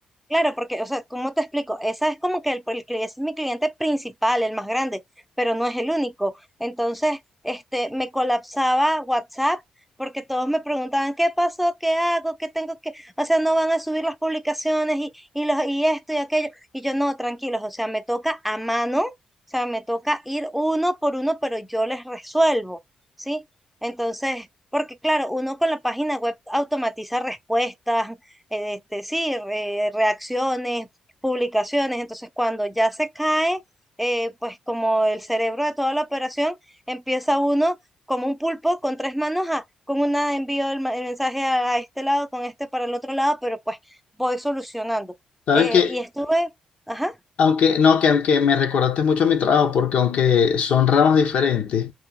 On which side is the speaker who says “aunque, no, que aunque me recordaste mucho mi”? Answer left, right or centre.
Left